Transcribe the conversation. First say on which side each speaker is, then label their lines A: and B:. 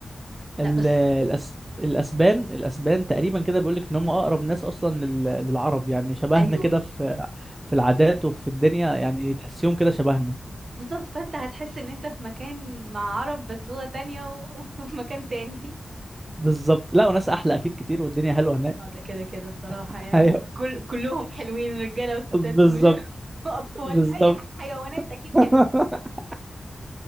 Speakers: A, on the right; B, on the right.
A: ال...
B: لا بس
A: الأس... الاسبان الاسبان تقريبا كده بيقول لك ان هم اقرب ناس اصلا لل... للعرب يعني شبهنا
B: أيوه
A: كده في في العادات وفي الدنيا يعني تحسيهم كده شبهنا
B: بالظبط فأنت هتحس إن أنت في مكان مع عرب بس لغة تانية و- <laughs> وفي مكان تاني
A: بالظبط لا وناس احلى اكيد كتير والدنيا حلوه هناك
B: اه ده كده كده الصراحة
A: <laughs>
B: يعني
A: ايوه
B: كل كلهم حلوين رجالة وستات
A: بالظبط
B: ومش <laughs> وأطفال
A: بالظبط
B: أي ح- حيوانات أكيد
A: <laughs>
B: حلوة